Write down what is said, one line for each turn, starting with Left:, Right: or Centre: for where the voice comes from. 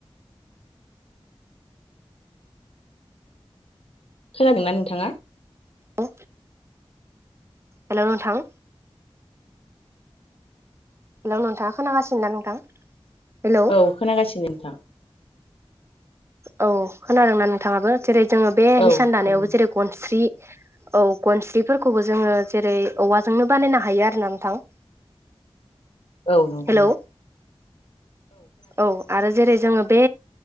Left: खोनादों ना नोंथाङा?
Right: औ हेल' नोंथां हेलौ नोंथाङा खोनागासिनोना नोंथां? हेलौ
Left: औ खोनागासिनो नोंथां।
Right: औ खोनादों ना नोंथाङाबो जेरै जोङो बे
Left: औ
Right: हिसान दानायावबो
Left: खोनादों
Right: जेरै गनस्रि औ गनस्रिफोरखौबो जोङो जेरै औवाजोंनो बानायनो हायो आर ना नोंथां।
Left: औ नंगौ
Right: हेलौ
Left: नों
Right: औ आरो जेरै जोङो बे